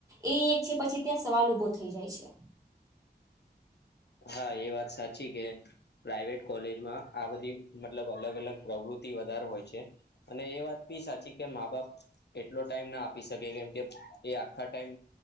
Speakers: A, on the right (about 20°); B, on the left (about 80°).
A: એ એક છે પછી ત્યાં સવાલ ઉભો થઈ જાય છે.
B: હા એ વાત સાચી કે પ્રાઇવેટ કોલેજમાં આ બધી મતલબ અલગ અલગ પ્રવૃત્તિ વધારે હોય છે. અને એ વાત બી સાચી કે મા બાપ એટલો ટાઈમ ના આપી શકે કેમ કે એ આખા ટાઈમ